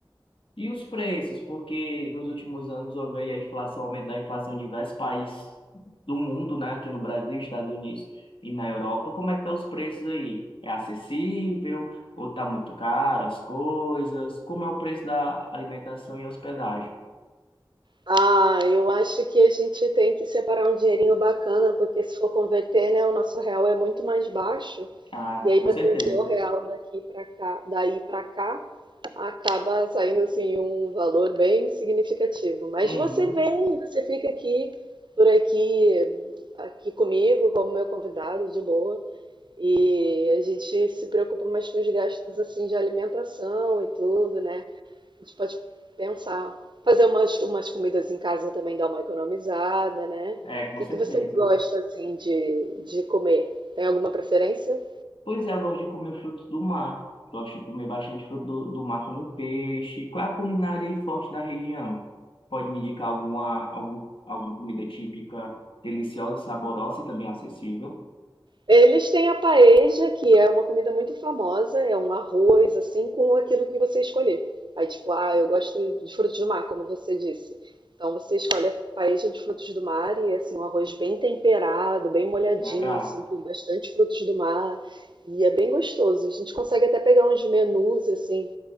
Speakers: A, on the left (about 85°); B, on the right (about 65°).
A: E os preços, porque nos últimos anos houve aí a inflação, aumento da inflação em diversos países do mundo, né? Aqui no Brasil, Estados Unidos e na Europa. Como é que estão os preços aí? É acessível ou tá muito caro as coisas? Como é o preço da alimentação e hospedagem?
B: Ah, eu acho que a gente tem que separar um dinheirinho bacana, porque se for converter, né, o nosso real é muito mais baixo.
A: Ah,
B: E aí
A: com
B: para
A: certeza.
B: trazer o real daqui para cá, daí para cá, acaba saindo assim um valor bem significativo. Mas
A: Uhum.
B: você vem, você fica aqui por aqui, aqui comigo como meu convidado de boa. E a gente se preocupa mais com os gastos assim de alimentação e tudo, né? A gente pode pensar. Fazer umas, umas comidas em casa também dá uma economizada, né? O
A: É, com
B: que
A: certeza.
B: que você gosta, assim, de, de comer? Tem alguma preferência?
A: Pois é, eu gosto de comer frutos do mar. Gosto de comer bastante fruto do, do mar, como peixe. Qual é a culinária aí forte da região? Pode me indicar alguma, algum, alguma comida típica, deliciosa, saborosa e também acessível?
B: Eles têm a paella, que é uma comida muito famosa, é um arroz, assim, com aquilo que você escolher. Aí, tipo, ah, eu gosto de frutos do mar, como você disse. Então, você escolhe a paella de frutos do mar e, é assim, um arroz bem temperado, bem molhadinho,
A: Legal.
B: assim, com bastante frutos do mar. E é bem gostoso. A gente consegue até pegar uns menus, assim,